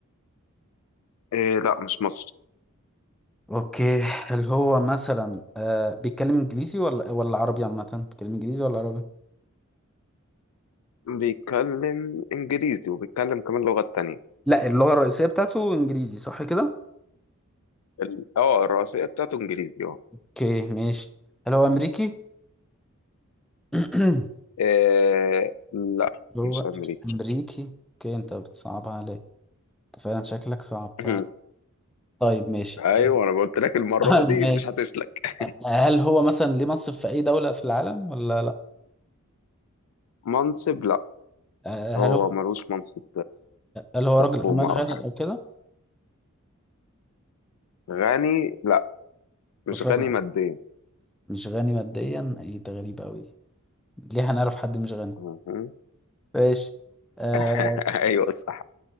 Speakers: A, on the left; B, in the centre.
A: إيه لا مش مصري
B: اوكي هل هو مثلا آه بيتكلم انجليزي ولا ولا عربي عامة بيتكلم انجليزي ولا عربي
A: بيتكلم انجليزي وبيتكلم كمان لغات تانية
B: لا اللغة الرئيسية بتاعته انجليزي صح كده
A: ال- اه الرئيسية بتاعته انجليزي اه
B: اوكي ماشي هل هو امريكي <clears throat>
A: آه، لا
B: هو
A: مش امريكي
B: امريكي اوكي انت بتصعبها عليا انت فعلا شكلك صعبتها
A: <laughs>
B: طيب ماشي
A: ايوه انا قلت لك المرة
B: <clears throat> <laughs>
A: دي
B: ماشي
A: مش هتسلك
B: هل هو مثلا ليه منصب في اي دولة في العالم ولا لا
A: منصب لا
B: آه، هل
A: هو
B: هو
A: ملوش منصب
B: هل هو
A: في
B: راجل
A: حكومة
B: اعمال غني
A: او حاجة
B: او كده
A: غني لا مش
B: مش راجل
A: غني
B: أعمال.
A: ماديا
B: مش غني ماديا ايه ده غريب قوي دي ليه هنعرف حد مش غني
A: مهم.
B: ماشي آه
A: <laughs> ايوه صح